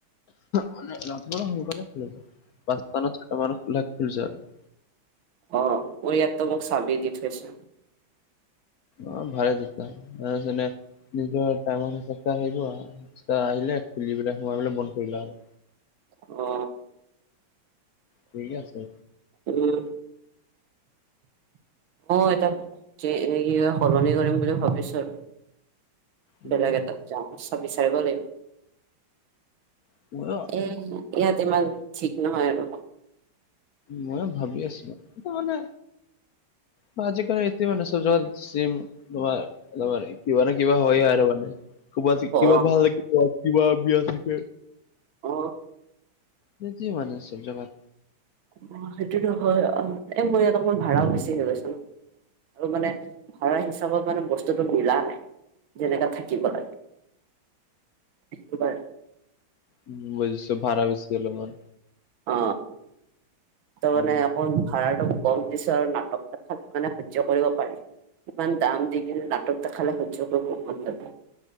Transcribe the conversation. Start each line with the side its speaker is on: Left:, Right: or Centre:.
Left: মানে ৰাতিপুৱা শুনকালে খুলে, পাঁচটা না ছয়টা মানত খুলে <unintelligible>
Right: অ মোৰ ইয়াত তলক মোক চাবি দি থৈছে।
Left: অ ভালে জিকা অ জোনে নিজৰ টাইমৰ হিচাপ কৰি আহিব আ চোৱা আহিলে খুলি পেলাই সোমাই পেলে বন্ধ কৰিলা আৰু।
Right: অ।
Left: ঠিক আছে।
Right: উম অ এটা চে এইয়া সলনি কৰিম বুলি ভাবিছৰ
Left: উম
Right: বেলেগ এটা যাম চ বিচাৰিব লাগিব।
Left: <unintelligible>
Right: এ ইয়াতে ইমান ঠিক নহয় আৰু।
Left: ময়ে ভাবি আছিলো এইটো মানে বা আজিকালি <unintelligible> য'ত চিম বাবাৰ অলপমান কিবা নহয় কিবা হয় আৰু মানে। <unintelligible>
Right: অ
Left: কিবা ভাল লাগিব কিবা বিয়া থাকে
Right: অ।
Left: দেতি মানে চেব জাগত
Right: অ সেইটোতো হয় অ, এ মৰ অকমান ভাড়াও বেছি হৈ গৈছে ন। আৰু মানে ভাড়া হিচাপত মানে বস্তুটো মিলা নাই। যেনেকা থাকিব লাগে, সেইটো কাৰণে।
Left: উ বুজিছো ভাড়া বেছিকে লয় অন।
Right: অ ত মানে
Left: উম
Right: আপোন ভাড়াটো কম দিছৰ নাটক দেখালে মানে সহ্য কৰিব পাৰি। ইমান দাম দিকিনে নাটক দেখালে সহ্য কৰিব মন নাযায়।